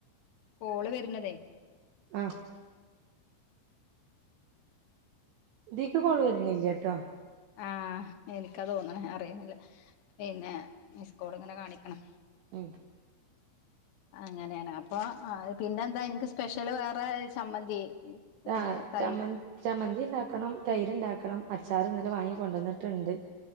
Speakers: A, on the left; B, on the right.
A: കോള് വര്ന്നതേ.
B: ആഹ് ദീക്ക്
A: കാണാൻ
B: കോള് വര്നില്യട്ടോ.
A: കഴി ആഹ് എനിക്കാ തോന്നണ അറിയുന്നില്ല പിന്നെ മിസ്സ്കോള് ങ്ങനെ കാണിക്ക്ണ്.
B: ഉം
A: അങ്ങനെയാണ് അപ്പൊ പിന്നെന്താ ഇൻക്ക് സ്പെഷ്യല് വേറെ ചമ്മന്തി. പിന്നെ
B: ആ
A: തൈര്
B: ചമ്മന്തി ചമ്മന്തി ണ്ടാക്കണം തൈര് ണ്ടാക്കണം അച്ചാ ച്ചാർ ന്നലെ വാങ്ങിക്കൊണ്ടന്ന്ട്ട്ണ്ട്